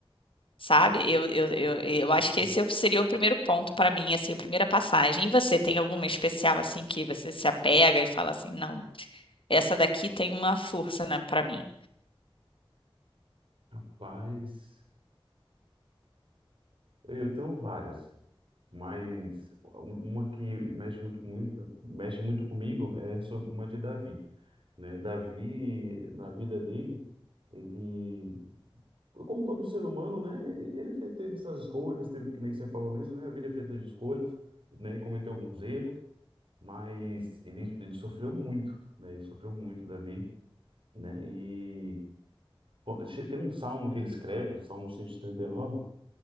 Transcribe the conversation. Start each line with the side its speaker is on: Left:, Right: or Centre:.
Left: Sabe? Eu, eu, eu, eu acho
Right: Hum.
Left: que esse seria o primeiro ponto para mim, assim, a primeira passagem. E você tem alguma especial assim que você se apega e fala assim, não, essa daqui tem uma força, né, para mim.
Right: Rapaz, eu tenho várias, mas um- uma que mexe muito com muito, mexe muito comigo é sobre uma de Davi, né? Davi, na vida dele, ele, como todo ser humano, né? Ele, ele fe- teve suas escolhas, teve, que nem você falou mesmo, né? A vida é feita de escolhas, né? E cometeu alguns erros. mas ele, ele sofreu muito, né? Ele sofreu muito, Davi, né? E pô, che- tem um salmo que ele escreve, Salmo cento e e trinta e nove